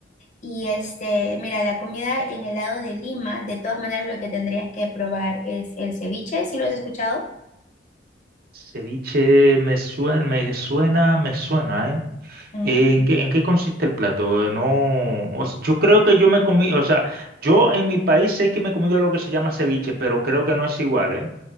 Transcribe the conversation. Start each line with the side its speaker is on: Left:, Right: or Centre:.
Left: Y este, mira, la comida en el lado de Lima, de todas maneras lo que tendrías que probar es el ceviche, ¿sí lo has escuchado?
Right: Ceviche me suena, me suena, me suena, ¿eh?
Left: Mm.
Right: Eh, ¿En qué, en qué consiste el plato? Eh, No, o sea, yo creo que yo me comí, o sea, yo en mi país sé que me he comido algo que se llama ceviche, pero creo que no es igual, ¿eh?